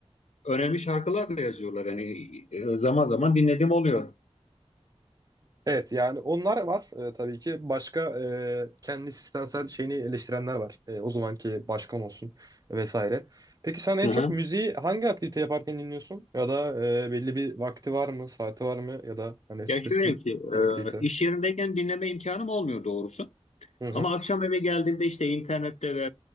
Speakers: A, on the left; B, on the right.
A: önemli şarkılar da yazıyorlar. Yani e, zaman zaman dinlediğim oluyor.
B: Evet yani onlar var e, tabii ki. Başka e, kendi sistemsel şeyini eleştirenler var. E, o zamanki başkan olsun vesaire. Peki sen en
A: Hı
B: çok
A: hı.
B: müziği hangi aktivite yaparken dinliyorsun? Ya da e, belli bir vakti var mı, saati var mı? Ya da hani
A: Ya
B: spesifik
A: şöyle ki
B: bir aktivite.
A: e, iş yerindeyken dinleme imkanım olmuyor doğrusu.
B: Hı hı.
A: Ama akşam eve geldiğimde işte internette ve